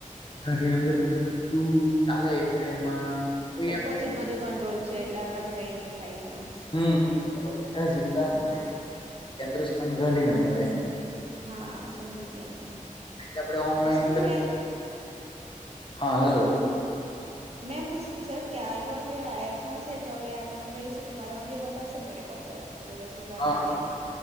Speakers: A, on the left; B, on the right.
A: ગાંધીનગર થી બધું ચાલે એટલે એમાં કોઈ
B: ઉપરથી
A: એમ
B: જ બધું કંટ્રોલ છે, એટલે આપણાથી કઈ નહી થાય એમાં.
A: હમ એટલે જિલ્લાનું
B: હા
A: <inaudible> કેન્દ્ર સ્થાન ગાંધીનગર એમ.
B: હા સમજી ગયા. હા
A: એટલે આપણે ઓનલાઈન
B: અચ્છા સર મે
A: હા હેલો.
B: મેં એમ પૂછ્યું કે, સર કે આલો જે એપમાં છે તો હવે આ તમે કર્યું છે તો મારામાં બી એ બતાવશે જ ને? રેકોર્ડ કે દસ મિનિટ વાત
A: હા
B: કરીએ
A: હા
B: એમ